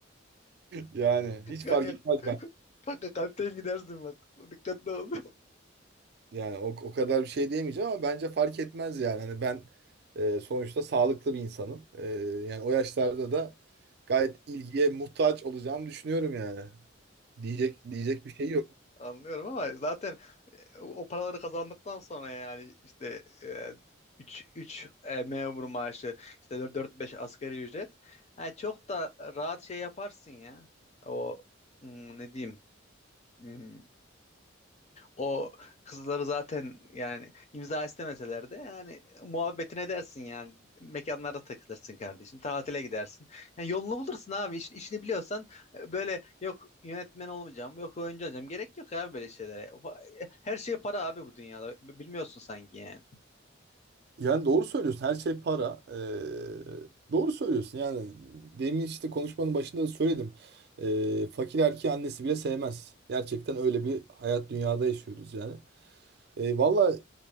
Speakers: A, on the right (about 55°); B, on the left (about 35°).
A: Yani hiç
B: kanka,
A: fark etmez ben.
B: kanka kalpten gidersin bak. Dikkatli ol.
A: Yani o, o kadar bir şey diyemeyeceğim ama bence fark etmez yani. Hani ben e, sonuçta sağlıklı bir insanım. E, yani o yaşlarda da gayet ilgiye muhtaç olacağımı düşünüyorum yani. Diyecek diyecek bir şey yok.
B: <laughs> Anlıyorum ama zaten e, o paraları kazandıktan sonra yani işte 3 3 memur maaşı işte 4-5 asgari ücret. Ha, çok da rahat şey yaparsın ya. O hmm, ne diyeyim? Hmm, O kızları zaten yani imza istemeseler de yani muhabbetine edersin yani mekanlarda takılırsın kardeşim tatile gidersin. Yani yolunu bulursun abi iş- işini biliyorsan e, böyle yok yönetmen olmayacağım yok oyuncu olacağım gerek yok abi böyle şeylere. O- pa- e, Her şey para abi bu dünyada B- bilmiyorsun sanki yani.
A: Yani doğru söylüyorsun. Her şey para. E, doğru söylüyorsun. Yani demin işte konuşmanın başında da söyledim. E, fakir erkeği annesi bile sevmez. Gerçekten öyle bir hayat dünyada yaşıyoruz yani. E, Vallahi valla